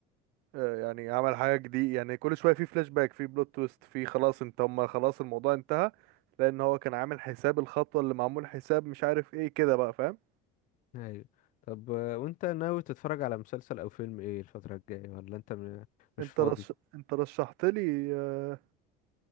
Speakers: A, on the right; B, on the left.
A: آه، يعني عمل حاجه جديده يعني كل شويه في فلاش باك في بلوت تويست في خلاص انت هم خلاص الموضوع انتهى لان هو كان عامل حساب الخطوه اللي معمول حساب مش عارف ايه كده بقى فاهم
B: ايوه طب آه، وانت ناوي تتفرج على مسلسل او فيلم ايه الفتره الجايه ولا انت م- مش
A: انت
B: فاضي
A: رش... انت رشحت لي آه،